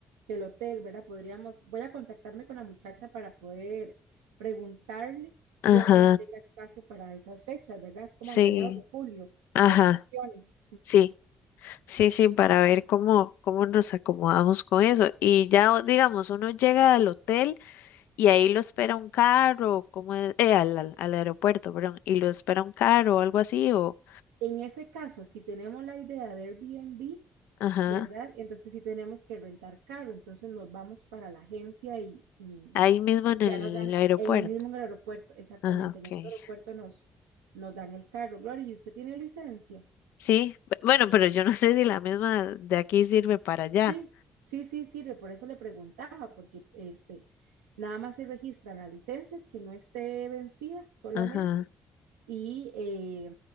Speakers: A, on the right; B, on the left.
A: el hotel, ¿verdad? Podríamos, voy a contactarme con la muchacha para poder preguntarle
B: Ajá.
A: y ojalá tenga espacio para esas fechas, ¿verdad? Es como
B: Sí.
A: a mediados de julio,
B: Ajá.
A: las vacaciones.
B: Sí. Sí, sí, para ver cómo, cómo nos acomodamos con eso. Y ya, o- digamos, uno llega al hotel y ahí lo espera un carro, como es, eh, al, al, al aeropuerto, perdón, y lo espera un carro o algo así, o,
A: En ese caso, si tenemos la idea de Airbnb,
B: ajá,
A: ¿verdad? Entonces sí tenemos que rentar carro, entonces nos vamos para la agencia y, y
B: ahí mismo en
A: ya
B: el
A: nos dan,
B: aeropuerto.
A: en el mismo aeropuerto, exactamente,
B: Ajá, ok.
A: en el aeropuerto nos, nos dan el carro. Gloria, ¿y usted tiene licencia?
B: Sí, bu- bueno, pero yo no sé si la misma de aquí sirve para allá.
A: Sí, sí, sí, sirve, por eso le preguntaba, porque este, nada más se registran las licencias que no esté vencida solamente
B: Ajá,
A: Y eh,